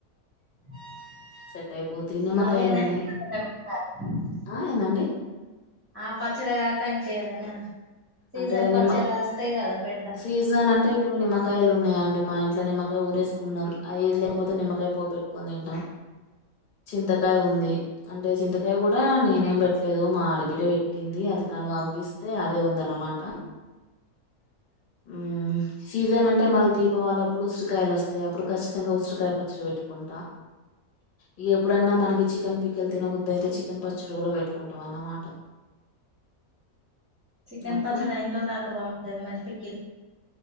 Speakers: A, on the right; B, on the left.
A: <unintelligible>
B: సెట్ అయిపోద్ది నిమ్మకాయలు
A: అదే నా
B: ఉన్నాయి
A: <unintelligible>
B: ఆ ఏందండి
A: ఆ పచ్చడిగాక ఇంకేదన్నా సీజన్
B: అంటే
A: పచ్చళ్ళు
B: నిమ్మ
A: వస్తయీ కదా పెడత
B: సీజన్ అంటే ఇప్పుడు నిమ్మకాయలు ఉన్నాయండి మా ఇంట్లో నిమ్మకాయ ఊరేసుకున్నాం అది లేకపోతే నిమ్మకాయ పోపె కొనిదింటాం
A: <unintelligible>
B: చింతకాయ ఉంది అంటే చింతకాయ కూడా నేనేం పెట్టలేదు మా ఆడబిడ్డ పెట్టింది అది తను పంపిస్తే అదే ఉంది దన్నమాట
A: <unintelligible>
B: హ్మ్ సీజన్ అంటే మనకు దీపావళి అప్పుడు ఉసిరికాయలు వస్తాయి అప్పుడు ఖచ్చితంగా ఉసిరికాయ పచ్చడి పెట్టుకుంటా
A: <unintelligible>
B: ఇగ ఎప్పుడన్నా మనకి చికెన్ పికెలు తిని బుద్ధి అయితే చికెన్ పచ్చడి కూడా పెట్టుకుంటాం అన్నమాట
A: చికెన్
B: అట్లా
A: పచ్చడి ఎన్నిరోజుల దాకా బాగుంటుంది మరి పికిల్